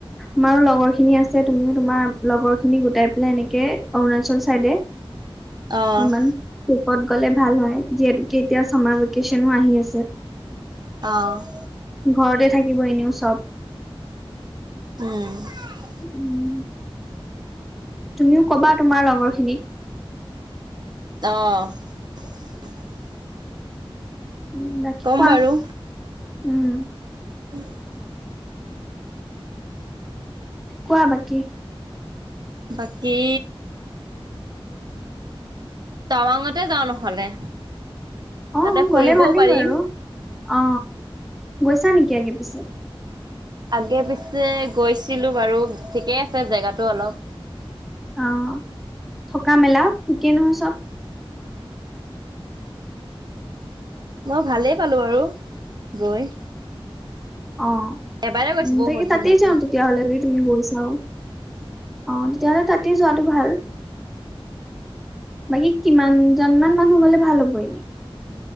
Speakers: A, in the centre; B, on the right (about 45°).
A: আমাৰো লগৰখিনি আছে তুমিওঁ তোমাৰ লগৰখিনি গোটাই পেলে এনেকে অৰুণাচল চাইদে
B: অ'।
A: অনমান পুব ক'ত গলে ভাল হয় যিহেতুকে এতিয়া চামাৰ ভেকেচনো আহি আছে।
B: অ',
A: ঘৰতে থাকিব এনেও। চব।
B: উম, <unintelligible>
A: উম তুমিও কবা তোমাৰ লগৰ খিনি
B: অ',
A: উম বাকী
B: ক'ম
A: কোৱা
B: বাৰু।
A: উম,
B: উম, <unintelligible>
A: কোৱা বাকী?
B: বাকী টাৱাঙতে যাওঁ নহ'লে।
A: অ',
B: তাতে ফুৰিবও
A: গ'লে ভালেই
B: পাৰিম।
A: বাৰু, অ, গৈছা নেকি, আগে পিছে?
B: আগে পিছে গৈছিলো বাৰু, ঠিকেই আছে জেগাটো অলপ।
A: অ', থকা মেলা ঠিকেই ন' চব?
B: মই ভালেই পালো আৰু, গৈ।
A: অ',
B: এবাৰে গৈছো
A: উম
B: বহুত
A: তাকে তাতেই
B: দিনতে।
A: যাওঁ তেতিয়াহলে যদি তুমি গৈ চাওঁ। অ', তেতিয়াহ'লে তাতে যোৱা তো ভাল। বাকী কিমানজন মান মানুহ গ'লে ভাল হ'ব এনে?